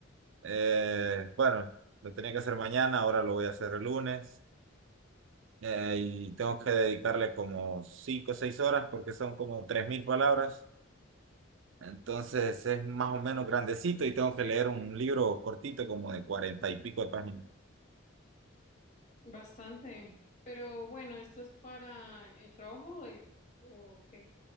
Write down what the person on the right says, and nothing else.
Eh, bueno, lo tenía que hacer mañana, ahora lo voy a hacer el lunes. Eh, y tengo que dedicarle como 5 o 6 horas porque son como 3.000 palabras. Entonces es más o menos grandecito y tengo que leer un libro cortito como de 40 y pico de páginas.